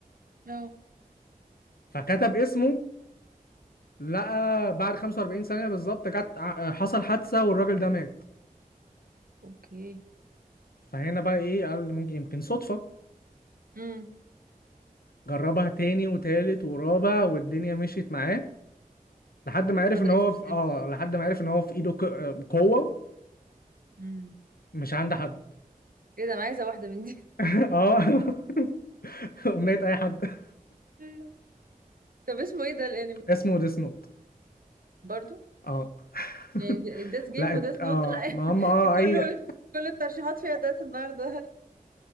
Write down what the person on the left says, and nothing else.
فكتب اسمه لقى بعد 45 ثانية بالظبط جت ع- حصل حادثة والراجل ده مات
فهنا بقى ايه قال ممكن يمكن صدفة
جربها تاني وتالت ورابع والدنيا مشيت معاه لحد
ما عرف
ان هو
في... اه لحد ما عرف ان هو في ايده ك... قوة
مش عند حد
<laughs> اه <laughs> أغنية أي حد <laughs>
اسمه ديس نوت
اه <laughs>
لا ات-
اه
ما
هم اه
اي